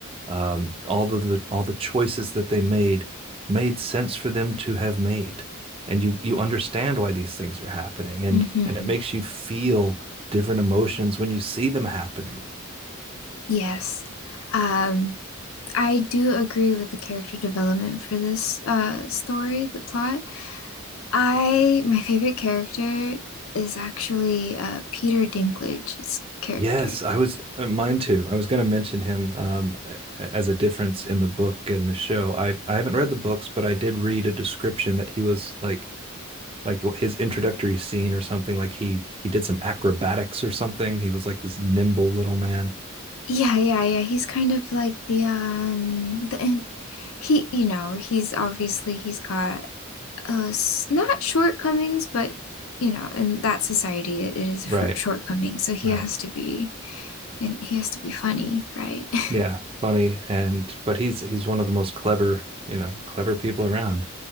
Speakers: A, on the right; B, on the left.
A: Um, all of the all the choices that they made made sense for them to have made. And you you understand why these things are happening and
B: Mm-hmm.
A: and it makes you feel different emotions when you see them happening.
B: Yes. Um, I do agree with the character development for this uh story, the plot. I my favorite character is actually uh Peter Dinklage's character.
A: Yes, I was uh, mine too. I was going to mention him um, as a difference in the book and the show. I I haven't read the books, but I did read a description that he was like like his introductory scene or something like he he did some acrobatics or something he was like this nimble little man
B: Yeah, yeah, yeah. He's kind of like the um the and he you know, he's obviously he's got uh s- not shortcomings, but you know, in that society it, it is
A: Right,
B: a short- shortcoming. So he
A: right.
B: has to be and he has to be funny, right? <laughs>
A: yeah funny and but he's he's one of the most clever you know clever people around